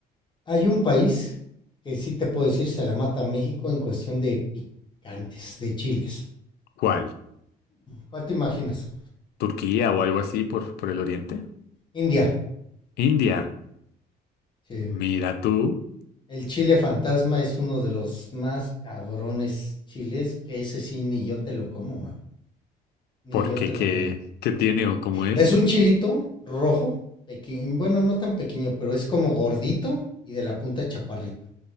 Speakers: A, on the left (about 30°); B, on the left (about 70°).
A: hay un país que sí te puedo decir se la mata a México en cuestión de picantes, de chiles.
B: ¿Cuál?
A: ¿Cuál te imaginas?
B: Turquía o algo así por, por el oriente.
A: India.
B: India,
A: Sí.
B: mira tú,
A: El chile fantasma es uno de los más cabrones chiles, que ese sí ni yo te lo como, mano. Ni
B: porque
A: yo te
B: qué,
A: lo como.
B: qué qué tiene o cómo es.
A: Es un chilito rojo, pequeño, bueno, no tan pequeño, pero es como gordito y de la punta chaparrito